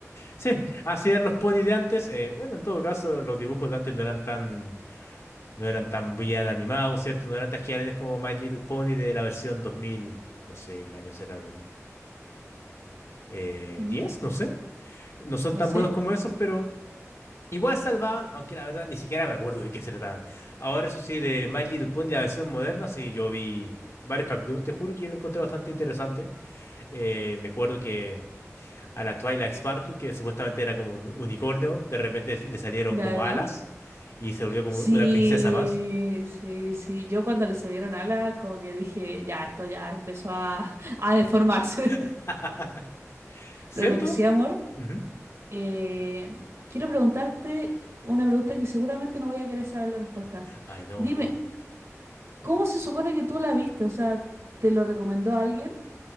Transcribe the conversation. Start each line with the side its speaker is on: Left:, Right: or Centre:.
Left: Sí, así eran los ponis de antes. eh, bueno, en todo caso, los dibujos de antes no eran tan... no eran tan bien animados, ¿cierto? No eran tan geniales como My Little Pony de la versión 2000, no sé qué año será, 2010,
Right: ¿Mm?
Left: no sé. No son
Right: No
Left: tan
Right: sé,
Left: buenos como esos, pero igual salvaban, aunque la verdad ni siquiera me acuerdo de qué se trataban. Ahora, eso sí, de My Little Pony, la versión moderna, sí, yo vi varios capítulos, te juro que yo lo encontré bastante interesante. Eh, me acuerdo que a la Twilight Sparkle, que supuestamente era como un unicornio, de repente le salieron
Right: Ya,
Left: como
Right: ya.
Left: alas y se volvió como
Right: Sí,
Left: una princesa más.
Right: sí, sí. Yo cuando le salieron alas, como que dije, ya, esto ya empezó a, <laughs> a deformarse. <laughs>
Left: <laughs> ¿Cierto?
Right: Lo, lo que sí, amor,
Left: Ujú.
Right: eh, quiero preguntarte una pregunta que seguramente no voy a querer saber la respuesta.
Left: Ay, no,
Right: Dime,
Left: dime.
Right: ¿cómo se supone que tú la viste? O sea, ¿te lo recomendó alguien?